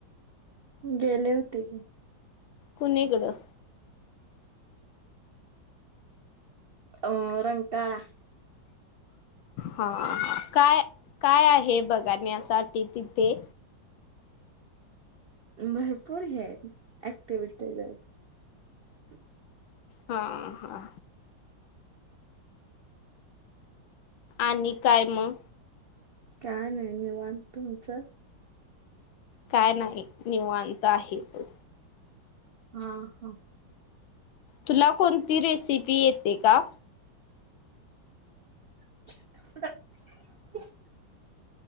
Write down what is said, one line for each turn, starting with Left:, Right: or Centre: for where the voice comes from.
Right: गेले होते की,
Left: कुणीकडं?
Right: अ रंटाळा <inaudible>
Left: हा काय काय आहे बगाण्यासाठी तिथे
Right: भरपूर हे हायत ऍक्टिव्हटीज आहेत.
Left: हा हा आणि काय म
Right: काय नाय निवांत तुमचं?
Left: काय नाही निवांत आहे बघ
Right: हा हा
Left: तुला कोणती रेसिपी येते का?
Right: <inaudible>